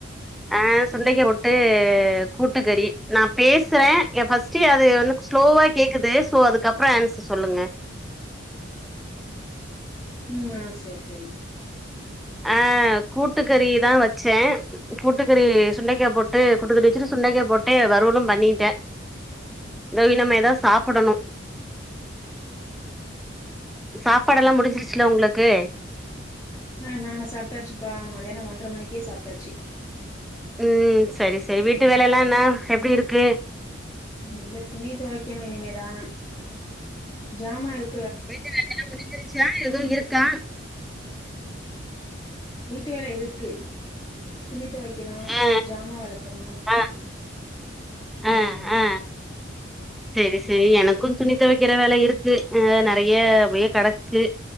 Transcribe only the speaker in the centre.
ஆ சுண்டைக்கா போட் டு
கூட்டுக்கறி நா பேசுறே
ஏ ஃபஸ் டு அது உனுக்கு ஸ்லோவா கேக்குது சோ அதுக்கப்றோ ஆன்சர் சொல்லுங்க
ஆ கூட்டுக்கறிதா வச்சே கூட்டுக்கறி சுண்டைக்கா போட்டு கூட்டுக்கறி வச்சுட்டு சுண்டைக்கா போட்டு வறுவலூ பண்ணிட்டே இதோ இனிமே தா சாப்புடணூ சாப்பாடுலா முடிஞ்சிருச்சுல உங்களுக்கு
ம் செரி செரி வீட்டு
வேலல்லா என்ன எப்டிருக் கு
வீட்டு வேலல்லா முடிஞ்சிருச்சா எதூ இருக்கா
ஆ
ஆ ஆ
ஆ ஆ செரி செரி எனக்கூ துணி தொவைக்கிற வேல இருக்கு ஆ நறைய அப்டி கெடக்கு